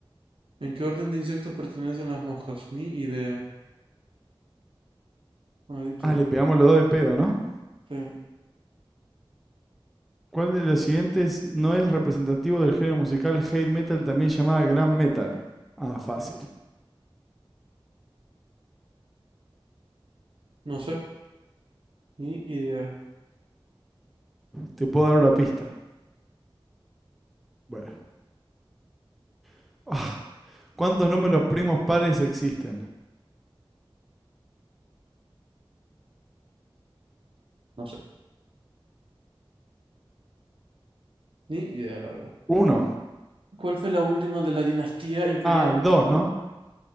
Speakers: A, on the right; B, in the centre.
A: ¿En qué orden de insectos pertenecen las moscas? Ni idea. Ah, dípteros.
B: Ah, le pegamos los dos de pedo, ¿no?
A: Sí.
B: ¿Cuál de los siguientes no es representativo del género musical hair metal, también llamada glam metal? Ah, fácil.
A: No sé. Ni idea.
B: Te puedo dar una pista. Bueno. <laughs> Oh, ¿Cuántos números primos pares existen?
A: No sé. Ni idea, la verdad.
B: Uno.
A: ¿Cuál fue la última de la dinastía imperial?
B: Ah, el 2, ¿no?